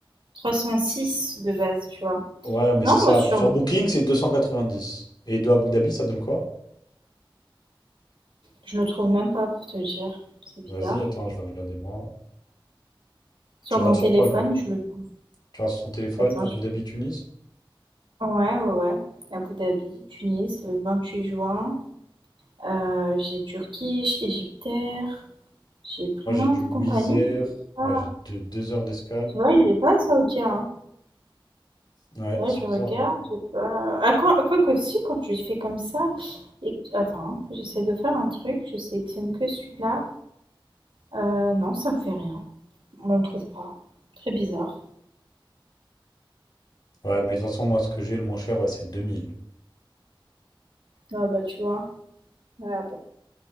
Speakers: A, on the right; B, on the left.
A: trois cent six de base, tu vois.
B: Ouais, mais
A: Non,
B: c'est ça.
A: moi sur
B: Sur Booking, c'est 290. Et de Abu Dhabi, ça donne quoi?
A: Je le trouve même pas pour te dire, c'est bizarre.
B: Vas-y, attends, je vais regarder moi.
A: Sur
B: Tu regardes
A: mon téléphone,
B: sur quoi là?
A: je le trouve.
B: Tu regardes sur son téléphone,
A: Attends,
B: Abu
A: je...
B: Dhabi, Tunis?
A: Ouais, ouais, ouais. Abu Dhabi, Tunis, le 28 juin. Euh, j'ai Turquie, Égyptaire. J'ai
B: Moi,
A: plein
B: j'ai du
A: de
B: Wizz
A: compagnies.
B: Air.
A: mais j'ai pas-
B: Ouais, j'ai deux, deux heures d'escale.
A: Tu vois, il est pas saoudien. hein.
B: Ouais,
A: Là,
B: c'est
A: je regarde.
B: bizarre. hein.
A: j'ai pas- Ah, quoi, quoi que si, quand tu fais comme ça. Et... que- Attends, hein, j'essaie de faire un truc. Je sélectionne que celui-là. Euh, non, ça me fait rien. On le trouve pas. Très bizarre.
B: Ouais, mais de toute façon, moi, ce que j'ai le moins cher, ouais, c'est 2000.
A: Ah bah, tu vois. Ah bon.